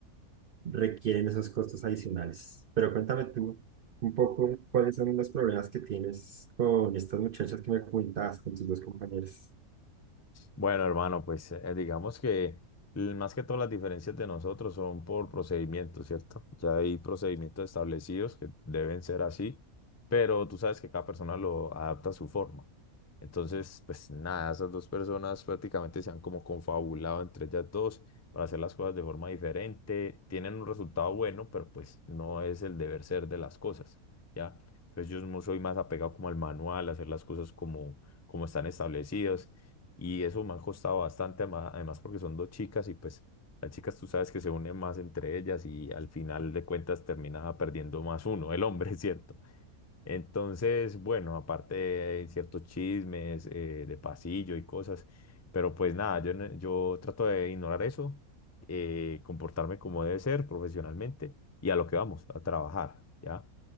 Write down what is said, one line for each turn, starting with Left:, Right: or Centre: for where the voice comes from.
Right: requieren esos costos adicionales. Pero cuéntame tú un poco cuáles son los problemas que tienes con estas muchachas que me comentabas, con tus dos compañeros.
Left: Bueno, hermano, pues eh, eh, digamos que l- más que todas las diferencias de nosotros son por procedimientos, ¿cierto? Ya hay procedimientos establecidos que deben ser así, pero tú sabes que cada persona lo adapta a su forma. Entonces, pues nada, esas dos personas prácticamente se han como confabulado entre ellas dos para hacer las cosas de forma diferente. Tienen un resultado bueno, pero pues no es el deber ser de las cosas, ¿ya? Entonces yo no soy más apegado como al manual, a hacer las cosas como, como están establecidas. Y eso me ha costado bastante, ama- además porque son dos chicas y pues las chicas tú sabes que se unen más entre ellas y al final de cuentas termina perdiendo más uno, el hombre, <laughs> ¿cierto? Entonces, bueno, aparte hay ciertos chismes eh, de pasillo y cosas, pero pues nada, yo, no- yo trato de ignorar eso, eh, comportarme como debe ser profesionalmente y a lo que vamos, a trabajar, ¿ya?